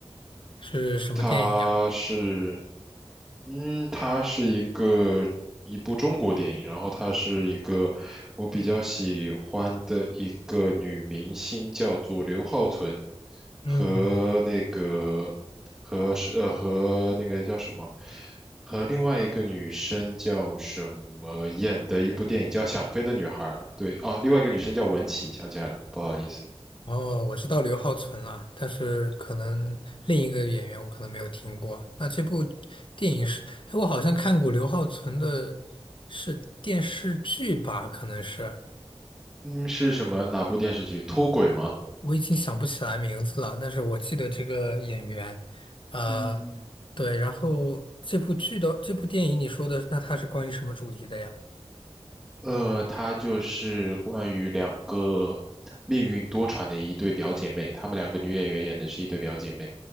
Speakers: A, on the left (about 55°); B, in the centre.
A: 是什么电影呀？
B: 它是，嗯，它是一个一部中国电影，然后它是一个我比较喜欢的一个女明星，叫做刘浩存，
A: 嗯，
B: 和那个和是呃和那个叫什么，和另外一个女生叫什么演的一部电影叫《想飞的女孩》，对啊，另外一个女生叫文琪，想起来了，不好意思，
A: 哦，我知道刘浩存了，但是可能另一个演员我可能没有听过。那这部电影是，哎，我好像看过刘浩存的，是电视剧吧？可能是。
B: 嗯，是什么哪部电视剧？脱轨吗？
A: 我已经想不起来名字了，但是我记得这个演员，呃，
B: 嗯。
A: 对，然后这部剧的这部电影你说的，那它是关于什么主题的呀？
B: 呃，它就是关于两个命运多舛的一对表姐妹，她们两个女演员演的是一对表姐妹。